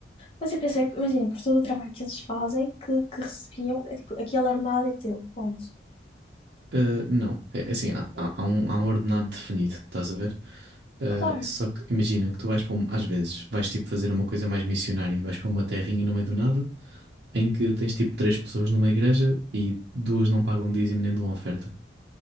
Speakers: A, on the left; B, on the right.
A: Mas eu pensei, imagina, por todo o trabalho que eles fazem, que, que recebiam, é tipo, aquele ordenado é teu, ponto.
B: Ah, não, é é assim, há, há- há um, há um ordenado definido, estás a ver? Ah,
A: Claro.
B: só que imagina que tu vais para, um, às vezes, vais tipo fazer uma coisa mais missionária, vais para uma terrinha no meio do nada, em que tens tipo três pessoas numa igreja e duas não pagam dízimo nem dão oferta.